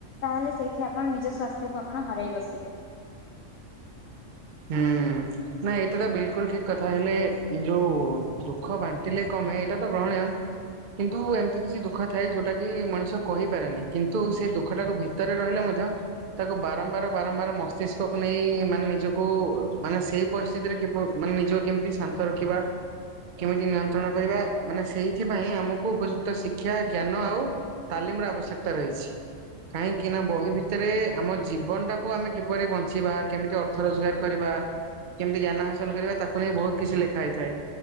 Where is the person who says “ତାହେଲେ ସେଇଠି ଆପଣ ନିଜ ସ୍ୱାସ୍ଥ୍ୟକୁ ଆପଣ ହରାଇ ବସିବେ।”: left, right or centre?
Left